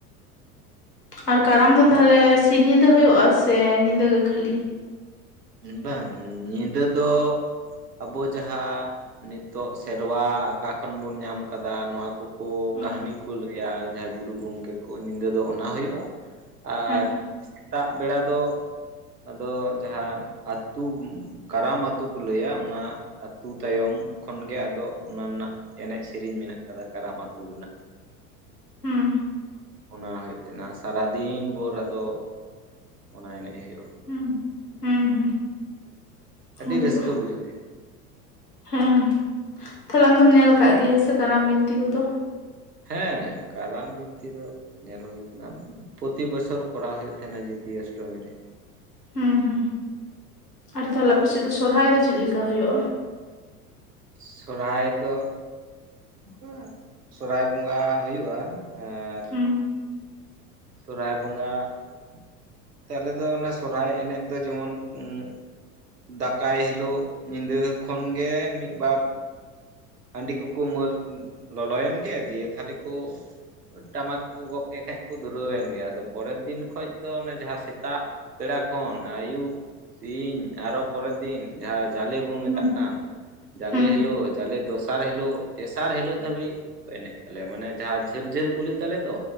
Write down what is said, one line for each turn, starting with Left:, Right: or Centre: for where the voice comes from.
Left: ᱟᱨ ᱠᱟᱨᱟᱢ ᱫᱚ ᱛᱟᱦᱚᱞᱮ ᱥᱤᱧ ᱧᱤᱫᱟᱹ ᱦᱩᱭᱩᱜᱼᱟ ᱥᱮ ᱧᱤᱫᱟᱹ ᱜᱮ ᱠᱷᱟᱹᱞᱤ?
Right: ᱵᱟᱝ ᱧᱤᱫᱟᱹ ᱫᱚ ᱟᱵᱚ ᱡᱟᱦᱟᱸ ᱱᱤᱛᱚᱜ ᱥᱮᱨᱣᱟ ᱚᱠᱟ ᱠᱷᱚᱱ ᱵᱚᱱ ᱧᱟᱢ ᱟᱠᱟᱫᱟ ᱱᱚᱣᱟ ᱠᱚ ᱠᱚ
Left: ᱦᱩᱸ
Right: ᱠᱟᱹᱦᱱᱤ ᱠᱚ ᱞᱟᱹᱭᱟ ᱟᱨ ᱡᱟᱦᱟᱸᱭ ᱜᱩᱨᱩ ᱜᱚᱢᱠᱮ ᱠᱚ ᱧᱤᱫᱟᱹ ᱫᱚ ᱚᱱᱟ ᱦᱳᱭᱳᱜᱼᱟ ᱾ ᱟᱨ
Left: ᱦᱮᱸ
Right: ᱥᱮᱛᱟᱜ ᱵᱮᱲᱟ ᱫᱚ ᱟᱫᱚ ᱡᱟᱦᱟᱸ ᱟᱹᱛᱩ ᱠᱟᱨᱟᱢ ᱟᱛᱩ ᱠᱚ ᱞᱟᱹᱭᱟ ᱚᱱᱟ ᱟᱹᱛᱩ ᱛᱟᱭᱚᱢ ᱠᱷᱚᱱᱜᱮ ᱟᱫᱚ ᱚᱱᱟ ᱱᱟᱜ ᱮᱱᱮᱡ ᱥᱮᱨᱮᱧ ᱢᱮᱱᱟᱜ ᱠᱟᱫᱟ ᱠᱟᱨᱟᱢ ᱟᱹᱛᱩ ᱨᱮᱱᱟᱜ,
Left: ᱦᱩᱸ
Right: ᱚᱱᱟ ᱦᱩᱭᱩᱜ ᱛᱟᱦᱮᱱᱟ ᱥᱟᱨᱟᱫᱤᱱ ᱵᱷᱳᱚᱨ ᱟᱫᱚ ᱚᱱᱟ ᱮᱱᱮᱡ ᱦᱩᱭᱩᱜᱼᱟ ᱾
Left: ᱦᱩᱸ ᱦᱩᱸ ᱦᱩᱸ
Right: ᱟᱹᱰᱤ
Left: ᱦᱩᱭᱩᱜᱼᱟ
Right: ᱨᱟᱹᱥᱠᱟᱹ
Left: ᱾
Right: ᱵᱩᱡᱩᱜ ᱛᱟᱦᱮᱱᱟ
Left: ᱦᱮᱸ ᱛᱟᱦᱚᱞᱮ ᱟᱢᱫᱚᱢ ᱧᱮᱞ ᱠᱟᱜ ᱜᱮᱭᱟ ᱦᱮᱥᱮ ᱠᱟᱨᱟᱢ ᱵᱤᱱᱛᱤ ᱠᱚᱫᱚ?
Right: ᱦᱮᱸ ᱠᱟᱨᱟᱢ ᱵᱤᱱᱛᱤ ᱫᱚ ᱧᱮᱞ ᱦᱩᱭ ᱠᱟᱱᱟ ᱯᱚᱛᱤ ᱵᱚᱪᱷᱚᱨ ᱠᱚᱨᱟᱣ ᱦᱩᱭᱩᱜ ᱛᱟᱦᱮᱸᱱᱟ ᱡᱟ. ᱛᱭᱟᱹ ᱚᱥᱴᱚᱢᱤ ᱨᱮ
Left: ᱦᱩᱸ ᱦᱩᱸ ᱟᱨ ᱛᱟᱦᱚᱞᱮ ᱟᱯᱮᱥᱮᱫ ᱫᱚ ᱥᱚᱨᱦᱟᱭ ᱫᱚ ᱪᱮᱫ ᱞᱮᱠᱟ ᱦᱩᱭᱩᱜᱼᱟ?
Right: ᱥᱚᱨᱦᱟᱭ ᱫᱚ ᱚᱱᱠᱟ ᱥᱚᱦᱨᱟᱭ ᱵᱚᱸᱜᱟ ᱦᱩᱭᱩᱜᱼᱟ ᱟᱨ
Left: ᱦᱩᱸ
Right: ᱥᱚᱨᱦᱟᱭ ᱵᱚᱸᱜᱟ, ᱱᱚᱛᱮ ᱟᱞᱮ ᱫᱚ ᱚᱱᱟ ᱥᱚᱨᱦᱟᱭ ᱮᱱᱮᱡ ᱫᱚ ᱡᱮᱢᱚᱱ ᱩᱸᱜ ᱫᱟᱠᱟᱭ ᱦᱤᱞᱳᱜ ᱧᱤᱫᱟᱹ ᱠᱷᱚᱱᱜᱮ ᱢᱤᱫᱵᱟᱨ ᱦᱟᱹᱰᱤ ᱠᱚᱠᱚ ᱢᱟᱹᱨ ᱞᱚᱞᱚᱭᱮᱱ ᱜᱮ ᱫᱤᱭᱮ ᱛᱟᱦᱞᱮ ᱠᱚ ᱴᱟᱢᱟᱠ ᱠᱚ ᱜᱚᱜ ᱠᱮ ᱠᱷᱟᱡ ᱠᱚ ᱫᱷᱩᱨᱟᱹᱣᱮᱱ ᱜᱮ ᱟᱫᱚ ᱯᱚᱨᱮᱨ ᱫᱤᱱ ᱠᱷᱚᱱ ᱫᱚ ᱚᱱᱮ ᱡᱟᱦᱟᱸ ᱥᱮᱛᱟᱜ ᱵᱮᱲᱟ ᱠᱷᱚᱱ ᱟᱹᱭᱩᱵ ᱥᱤᱧ ᱟᱨᱚ ᱯᱚᱨᱮᱨ ᱫᱤᱱ ᱡᱟᱦᱟᱸ ᱡᱟᱞᱮ ᱵᱚᱱ ᱢᱮᱛᱟᱜ
Left: ᱦᱩᱸ
Right: ᱠᱟᱱ ᱡᱟᱞᱮ
Left: ᱦᱩᱸ
Right: ᱦᱮᱞᱳ ᱡᱟᱞᱮ ᱫᱚᱥᱟᱨ ᱦᱮᱞᱳ ᱛᱮᱥᱟᱨ ᱦᱮᱞᱳ ᱫᱷᱟᱹᱵᱤ ᱮᱱᱮᱡ ᱛᱟᱞᱮᱭᱟ ᱢᱟᱱᱮ ᱡᱟᱦᱟᱸ ᱡᱷᱟᱹᱞ ᱡᱷᱟᱹᱞ ᱠᱩᱞᱤ ᱛᱟᱞᱮ ᱛᱚ